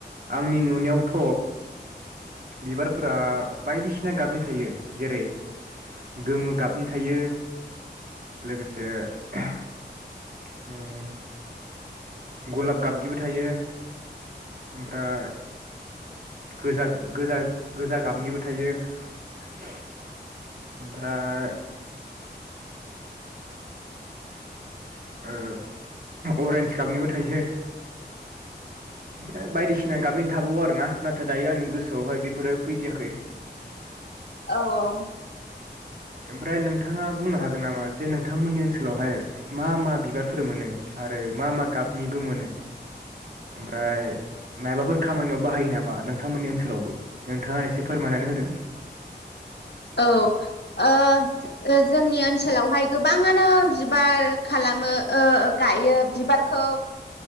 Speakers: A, on the right; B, on the left.
A: आंनि नुनायावथ बिबारफोरा बायदिसिना गाबनि थायो जेरै गोमो गाबनि थायो लोगोसे उम गलाब गाबनिबो थायो ओमफ्राय गोजा-गोजा-गोजा गाबनिबो थायो ओमफ्राय ओ अरेन्ज गाबनिबो थायो। ओमफ्राय बायदिसिना गाबनि थाबावो आरो ना नाथाय दायो आंनि गोसोआवहाय बेफोरो फैदियाखै।
B: औ औ।
A: ओमफ्राय नोंथांआ बुंनो हागोन नामा? जे नोंथांमोननि ओनसोलावहाय मा मा बिबारफोर मोनो आरो मा मा गाबनिबो मोनो ओमफ्राय माबाफोर खामानियाव बाहायो नामा नोंथांमोननि ओनसोलावबो नोंथांआ एसे फोरमायनानै होदो।
B: औ ओ जोंनि ओनसोलावहाय गोबांआनो बिबार खालामो ओ गायो बिबारखौ